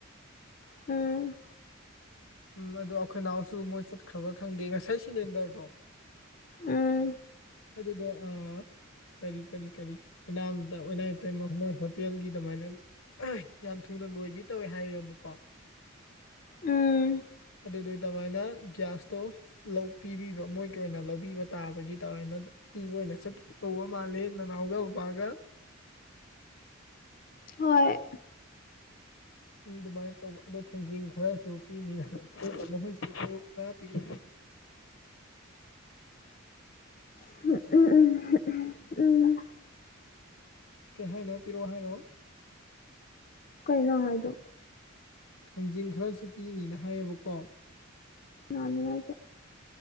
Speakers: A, on the left; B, on the left.
A: ꯎꯝ
B: ꯎꯝ ꯑꯗꯣ ꯑꯩꯈꯣꯏ ꯅꯥꯎꯁꯨ ꯃꯣꯏ ꯆꯠꯈ꯭ꯔꯕ꯭ꯔꯥ ꯈꯪꯗꯦ ꯉꯁꯥꯏ ꯁꯤꯂꯤꯟꯗꯔꯗꯣ
A: ꯎꯝ
B: ꯑꯗꯨꯗꯣ ꯑꯥ ꯀꯔꯤ ꯀꯔꯤ ꯀꯔꯤ <unintelligible> ꯍꯣꯇꯦꯜꯒꯤ ꯗꯨꯃꯥꯏꯅ ꯌꯥꯝ ꯊꯨꯅ ꯂꯣꯏꯕꯤ ꯇꯧꯋꯦ ꯍꯥꯏꯕꯀꯣ
A: ꯎꯝ
B: ꯑꯗꯨꯗꯨꯒꯤ ꯑꯗꯨꯃꯥꯏꯅ ꯒ꯭ꯌꯥꯁꯇꯣ ꯂꯧ ꯄꯤꯕꯤꯕ ꯃꯣꯏꯒꯤ ꯑꯣꯏꯅ ꯂꯧꯕꯤꯕ ꯇꯥꯕꯒꯤ ꯇꯅ ꯄꯤꯕ ꯑꯣꯏꯅ ꯆꯠꯇꯧꯕ ꯃꯥꯂꯦ ꯅꯅꯥꯎꯒ ꯕꯥꯕꯥꯒ
A: ꯍꯣꯏ
B: ꯑꯗꯨꯃꯥꯏꯅ ꯇꯧꯕ ꯑꯗꯨꯣ ꯊꯥꯡꯖꯤꯡ ꯈꯔꯁꯨ ꯄꯤꯅꯤꯅ <unintelligible> ꯄꯤꯔꯛꯑꯦ
A: <unintelligible>
B: ꯀꯩ ꯍꯥꯏꯅꯣ ꯄꯤꯔꯛꯑꯣ ꯍꯥꯏꯔꯣ
A: ꯀꯩꯅꯣ ꯅꯪ ꯍꯥꯏꯗꯣ
B: ꯊꯥꯡꯖꯤꯟ ꯈꯔꯁꯨ ꯄꯤꯅꯤꯅ ꯍꯥꯏꯌꯦꯕꯀꯣ
A: ꯀꯅꯥꯅꯅꯣ ꯍꯥꯏꯁꯦ